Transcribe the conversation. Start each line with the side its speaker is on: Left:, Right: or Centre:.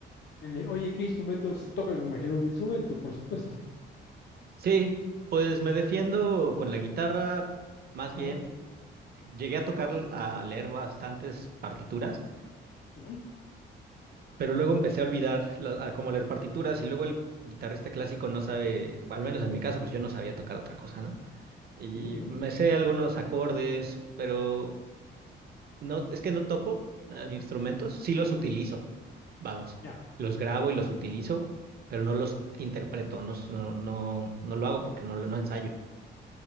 Left: Muy bien. Oye, ¿qué instrumentos tocas? Me imagino un instrumento, por supuesto.
Right: Sí, pues me defiendo con la guitarra, más
Left: Ajá.
Right: bien llegué a tocar, a leer bastantes partituras,
Left: ujú,
Right: pero luego empecé a olvidar la- a cómo leer partituras y luego el guitarrista clásico no sabe, o al menos en mi caso, pues yo no sabía tocar otra cosa, ¿no? Y
Left: ujú, ujú.
Right: me sé algunos acordes, pero no, es que no toco nada instrumentos, sí los utilizo, vamos,
Left: Ya.
Right: los grabo y los utilizo, pero no los interpreto, no, s- no, no, no lo hago porque no, lo- no ensayo.